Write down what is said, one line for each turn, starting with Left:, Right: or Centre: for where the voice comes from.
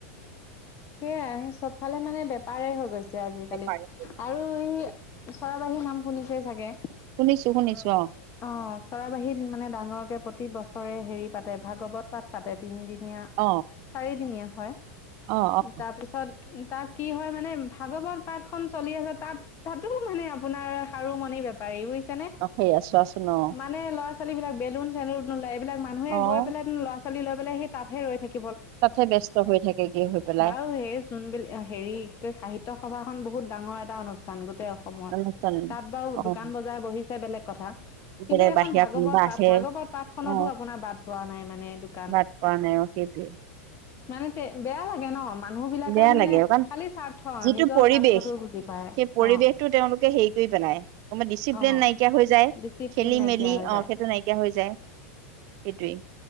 Left: সেয়াই চবফালে মানে বেপাৰ হৈ গৈছে আজিকালি
Right: বেপাৰী হৈ গৈছে
Left: আৰু ই চৰা নাম শুনিছে চাগে?
Right: শুনিছো
Left: অ',
Right: শুনিছো
Left: চৰাবাহী মানে ডাঙৰক প্ৰতি বছৰে হেৰি পাতে ভাগৱত পাঠ পাতে তিনিদিনীয়া
Right: অ
Left: চাৰিদিনীয়া হয়।
Right: অ অ
Left: তাৰ
Right: অ
Left: পিছত তাত কি হয় মানে ভাগৱত পাঠ খন চলি আছে তাত তাতো মানে আপোনাৰ সাৰু মণি বেপাৰী বুজিছ নে?
Right: অ সেই আছোৱাচোন অ
Left: মানে ল'ৰা ছোৱাল ছোৱালীবিলাক বেলন-চেলুন এইবিলাক মানুহে
Right: অ',
Left: গৈ পেলাই ল'ৰা-ছোৱালী লৈ পিনে সেই তাঁতহে ৰৈ থাকে।
Right: তাতহে ব ব্যস্ত হৈ থাকেগে। হৈ পেলাই।
Left: বাৰু এই চোনব হেৰি সাহিত্য সভা খন বহুত ডাঙৰ এটা অনুষ্ঠ চান গোটেই অসমৰ
Right: অনুষ্ঠান
Left: তাত বাৰু
Right: অ',
Left: দোকান-বজাৰ বহিছে বেলেগ কথা। কিন্তু
Right: বেলেগ
Left: এখন
Right: বাহিৰা
Left: ভাগৱত
Right: কোনোবা
Left: পাঠ,
Right: আহে
Left: ভাগৱত পাঠখনতো
Right: অ',
Left: আপোনাৰ বাট পোৱা নাই মানে দোকান
Right: বাট পোৱা <inaudible>
Left: মানে বেয়া লাগে ন'? মানুহ বিলাকে
Right: বেয়া
Left: মানে
Right: লাগে কাৰণ
Left: খালী স্বাৰ্থ
Right: যিটো
Left: নিজৰ
Right: পৰিৱেশ
Left: স্বাৰ্থতটো বুজি পায়
Right: সেই পৰিৱেশটো
Left: অ।
Right: তেওঁলোকে হেৰি কৰি পেলাই কব ডিচিপ্লিন
Left: অ
Right: নাইকিয়া হৈ যায়,
Left: ডিচিপ্লিন
Right: খেলি-মেলি
Left: নাইকিয়া হৈ যায়
Right: অ সেইটো নাইকিয়া হৈ যায়। সেইটোৱেই।